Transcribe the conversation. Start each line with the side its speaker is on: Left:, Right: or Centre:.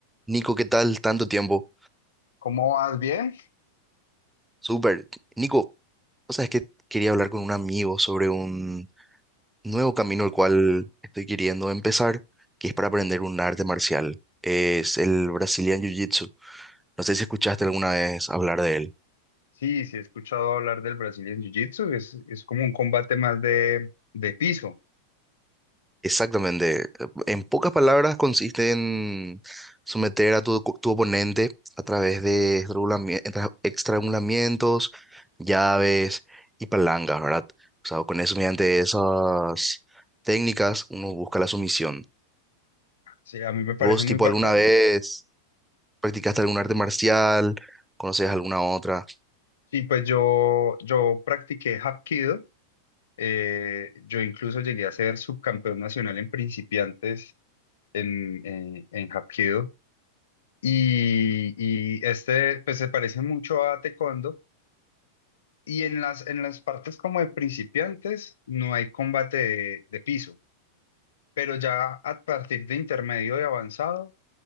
Centre: Nico, ¿qué tal? Tanto tiempo.
Left: ¿Cómo vas? ¿Bien?
Centre: Súper. Nico, o sea, es que quería hablar con un amigo sobre un nuevo camino el cual estoy queriendo empezar, que es para aprender un arte marcial. Es el Brazilian Jiu-Jitsu. No sé si escuchaste alguna vez hablar de él.
Left: Sí, sí, he escuchado hablar del Brazilian Jiu-Jitsu. Es, es como un combate más de, de piso.
Centre: Exactamente. En pocas palabras consiste en someter a tu, tu oponente a través de estrangulami- entra- estrangulamientos, llaves y palancas, ¿verdad? O sea, con eso, mediante esas técnicas, uno busca la sumisión.
Left: Sí, a mí me parece
Centre: ¿Vos,
Left: muy
Centre: tipo,
Left: bacano.
Centre: alguna vez practicaste algún arte marcial? ¿Conoces alguna otra?
Left: Y pues yo, yo practiqué Hapkido. Eh, yo incluso llegué a ser subcampeón nacional en principiantes en, en, en Hapkido. Y, y este, pues se parece mucho a Taekwondo. Y en las, en las partes como de principiantes no hay combate de de piso pero ya a partir de intermedio y avanzado